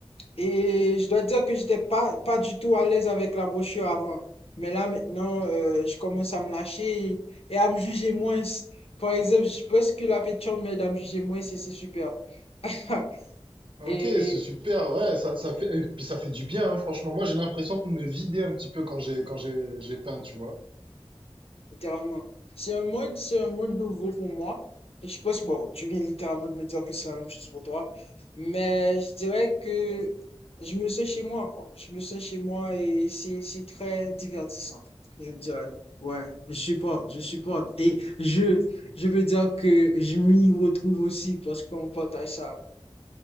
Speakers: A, on the left (about 65°); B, on the right (about 55°).
A: Et je dois dire que j'étais pas, pas du tout à l'aise avec la brochure avant. Mais là, maintenant, euh, je commence à me lâcher et à me juger moins. Par exemple, je pense que la peinture m'aide à me juger moins et c'est super. <laughs>
B: Ok,
A: Et,
B: c'est super, ouais, ça, ça fait, et puis ça fait du bien, hein, franchement. Moi, j'ai l'impression de me vider un petit peu quand j'ai, quand j'ai, j'ai peint, tu vois.
A: littéralement. C'est un mode, c'est un mode nouveau pour moi. Et je pense, bon, tu viens littéralement de me dire que c'est la même chose pour toi. Mais je dirais que je me sens chez moi, quoi. Je me sens chez moi et c'est, c'est très divertissant, je dirais. Ouais, je supporte, je supporte. Et je, je veux dire que je m'y retrouve aussi parce qu'on partage ça,